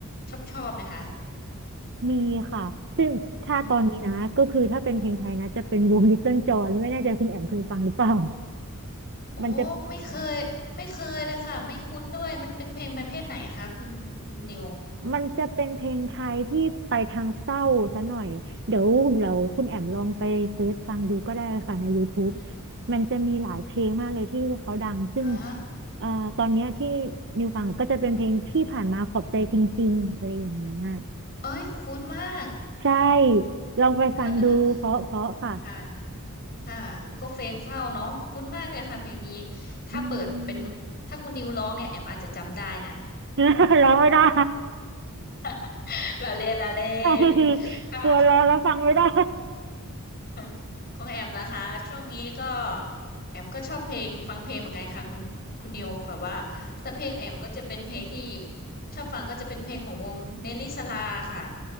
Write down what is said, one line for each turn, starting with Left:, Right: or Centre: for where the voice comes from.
Left: ชอบชอบไหมคะ
Right: มีค่ะซึ่งถ้าตอนนี้นะก็คือถ้าเป็นเพลงไทยนะจะเป็นวง
Left: อืม
Right: Little John ไม่แน่ใจคุณแอมเคยฟังหรือเปล่า
Left: โอ้ไม่เคยไม่เคยเลยค่ะไม่คุ้นด้วยมันเป็นเพลงประเภทไหนคะคุณคุณนิว
Right: มันจะ มันจะเป็นเพลงไทยที่ไปทางเศร้าซะหน่อยเดี๋ยวเราคุณแอมลองไปเซิร์ชฟังดูก็ได้ค่ะใน YouTube
Left: อืม
Right: มันจะมีหลายเพลงมากเลยที่เขาดังซึ่ง
Left: อ่า
Right: เอ่อตอนเนี้ยที่นิวฟังก็จะเป็นเพลงที่ผ่านมาขอบใจจริงๆอะไรอย่างเงี้ย
Left: เอ้ยคุ้นมาก
Right: ใช่ลองไปฟังดูเพราะเพราะค่ะ
Left: เออเออ ค่ะ ค่ะ ก็เพลงเฝ้าเนาะคุ้นมากเลยค่ะเพลงนี้ ถ้าเปิดเป็น
Right: อืม
Left: ถ้าคุณนิวร้องเนี่ยแอมอาจจะจำได้นะ
Right: <laughs> ร้องไม่ได้
Left: <laughs> ละเล่นละเล่น
Right: <laughs>
Left: ค่ะ
Right: กลัวร้องแล้วฟังไม่ได้
Left: <laughs> ของแอมนะคะช่วงนี้ก็แอมก็ชอบเพลงฟังเพลงเหมือนกันค่ะคุณคุณนิวแบบว่าแต่เพลงแอมก็จะเป็นเพลงที่ชอบฟังก็จะเป็นเพลงของวงเนลลี่สลาค่ะ